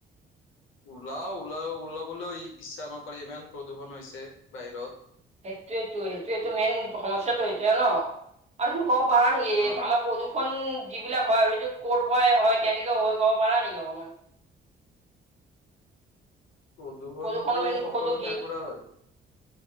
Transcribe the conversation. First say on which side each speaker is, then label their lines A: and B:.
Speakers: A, on the left (about 85°); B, on the right (about 35°).
A: ওলাও ওলাও ওলাবলৈও ইচ্ছা নকৰে ইমান প্ৰদূষণ হৈছে বাহিৰত
B: সেইটোয়েটো সেইটোয়টোৱেটো মেইন সমস্যা টো সেইটোয়ে ন আৰু ক'ব পাৰা নেকি
A: অ
B: আমাৰ প্ৰদূষণ। যিবিলাক হয় আৰু <unintelligible> ক'ৰ পৰাই হয় কেনেকৈ হয় ক'ব পাৰা নেকি অকমান <inaudible>
A: প্ৰদূষণটো
B: প্ৰদূষণৰ মেইন উৎসটো
A: সকলো ঠাইৰ
B: কি?
A: পৰা হয়